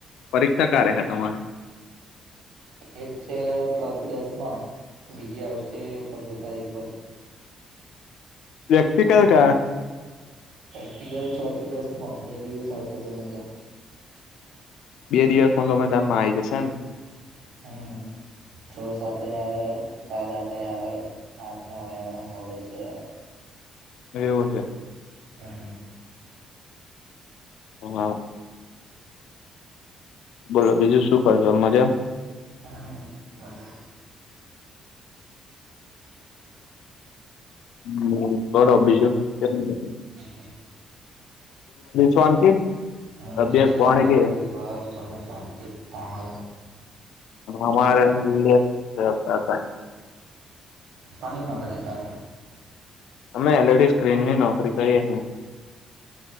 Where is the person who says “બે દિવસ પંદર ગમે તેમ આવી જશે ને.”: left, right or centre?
Left